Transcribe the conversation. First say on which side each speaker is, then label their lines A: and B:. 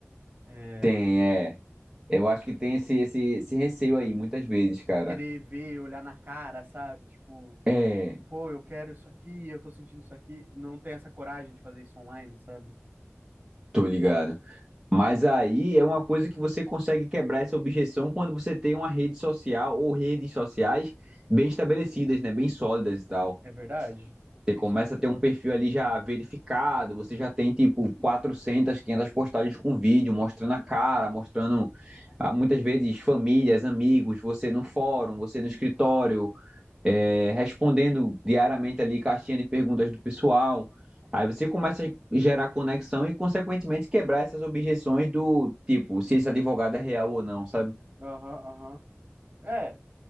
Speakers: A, on the right; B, on the right.
A: É,
B: Tem, é. Eu acho que tem esse, esse, esse receio aí, muitas vezes, cara.
A: querer ver, olhar na cara, sabe? Tipo.
B: É,
A: pô, eu quero isso aqui, eu tô sentindo isso aqui, não tem essa coragem de fazer isso online, sabe?
B: tô ligado. Mas aí é uma coisa que você consegue quebrar essa objeção quando você tem uma rede social ou redes sociais bem estabelecidas, né? Bem sólidas e tal.
A: É verdade?
B: Você
A: Isso
B: começa
A: eu concordo.
B: a ter um perfil ali já verificado, você já tem tipo 400, 500 postagens com vídeo, mostrando a cara, mostrando ah, muitas vezes famílias, amigos, você no fórum, você no escritório, é, respondendo diariamente ali caixinha de perguntas do pessoal. Aí você começa a gerar conexão e, consequentemente, quebrar essas objeções do tipo, se esse advogado é real ou não, sabe?
A: Aham, aham. É,